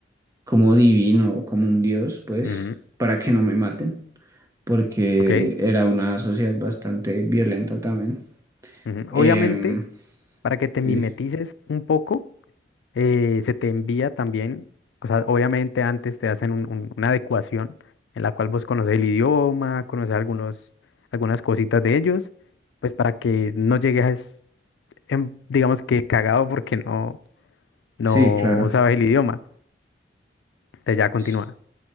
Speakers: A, on the right; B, on the left.
A: como divino o como un dios, pues,
B: ujú,
A: para que no me maten, porque
B: ok,
A: era una sociedad bastante violenta también.
B: ujú.
A: Em,
B: Obviamente, para que te mimetices
A: sí,
B: un poco, eh, se te envía también, o sea, obviamente antes te hacen un- un- una adecuación en la cual vos conoces el idioma, conoces algunos, algunas cositas de ellos, pues para que no llegues, en- digamos que cagado porque no, no
A: sí, claro.
B: sabes el idioma. Te ya continúa.
A: Sí.